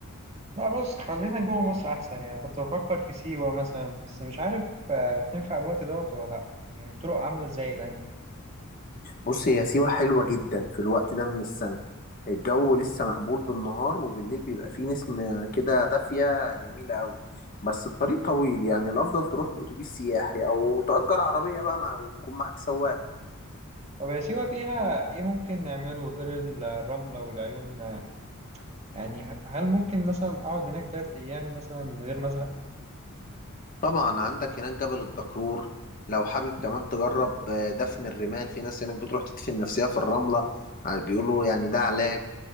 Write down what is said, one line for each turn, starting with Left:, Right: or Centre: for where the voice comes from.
Right: لا بص خلينا جوه مصر أحسن يعني كنت بفكر في سيوة مثلا بس مش عارف آه، تنفع الوقت دوت ولا لأ يعني الطرق عاملة إزاي الأيام دي؟
Left: بص هي سيوة حلوة جدا في الوقت ده من السنة الجو لسه مقبول بالنهار وبالليل بيبقى فيه نسمة كده دافية جميلة قوي بس الطريق طويل يعني الافضل تروح باتوبيس سياحي او تأجر عربية بقى مع ويكون معاك سواق
Right: طب يا سيوة فيها إيه ممكن نعمله غير الرملة والعيون آه، يعني هل ممكن مثلا أقعد هناك تلات أيام مثلا من غير ما أزهق؟
Left: طبعا عندك هناك جبل الدكرور لو حابب كمان تجرب آه، دفن الرمال في ناس هناك بتروح تدفن نفسها في الرملة ع- بيقولوا يعني ده علاج